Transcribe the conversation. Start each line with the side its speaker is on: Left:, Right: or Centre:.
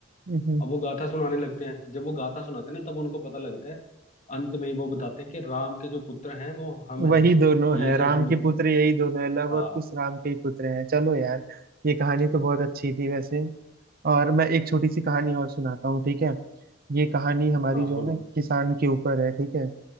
Right: है
Left: अब वो गाथा सुनाने लगते हैं जब वो गाथा सुनाते हैं ना तब उनको पता लगता है अंत में वो बताते हैं कि राम के जो पुत्र हैं वो हम
Right: वही
Left: हैं
Right: दोनों
Left: ये
Right: है
Left: सब
Right: राम
Left: सुन
Right: के पुत्र यही दोनों है लव
Left: हाँ
Right: और कुश राम के ही पुत्र हैं चलो यार ये कहानी तो बहुत अच्छी थी वैसे और मैं एक छोटी सी कहानी और सुनाता हूँ ठीक है ये कहानी हमारी
Left: हाँ
Right: जो
Left: बोलो
Right: है ना किसान के ऊपर है ठीक है